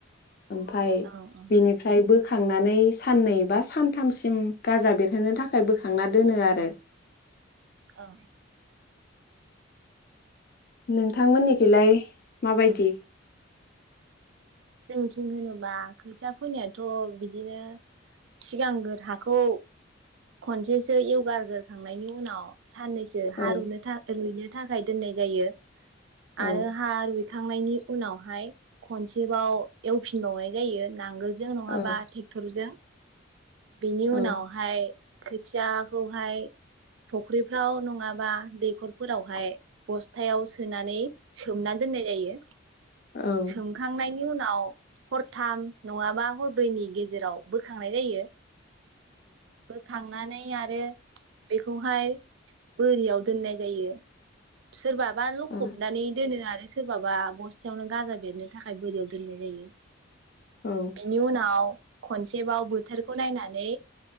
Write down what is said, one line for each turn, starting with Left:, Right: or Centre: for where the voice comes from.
Left: ओमफाय
Right: औ औ
Left: बिनिफ्रायबो। बोखांनानै साननै बा सानथामसिम गाजा बेरहोनो थाखाय बोखांना दोनो आरो।
Right: औ।
Left: नोंथांमोननिखौैलाय माबायदि।
Right: जोंथिं होनोबा खोथिया फोनायाथ' बिदिनो सिगांग्र हाखौ खनसेसो यवगारग्रखांनायनि उनाव। साननैसो
Left: औ
Right: हा रुनो रुइनो थाखाय दोननाय जायो।
Left: औ
Right: आरो हार खांनायनि उनावहाय खनसे सेबाव एवफिनबावनाय जायो नांगोल जों नङाबा
Left: औ
Right: टेक्टरजों। बिनि
Left: औ
Right: उनावहाय। खोथियाखौहाय फख्रिफ्राव नङाबा दैखरफोरावहाय बस्थायाव सोनानै सोमना दोननाय जायो।
Left: औ
Right: सोंखांनायनि। नि उनाव हरथाम नङाबा हरदब्रैनि गेजेराव बोखांनाय जायो। बोखांनानै। आरो बेखौहाय बोरियाव दोननाय जायो। सोरबाबा लखबनानै
Left: औ
Right: दोनो आरो। सोरबाबा बस्थायावनो गाजा बेरनो थाखाय बोरियाव दोननाय जायो।
Left: औ
Right: बेनि उनाव खनसेबाव बोथोरखौ नायनानै।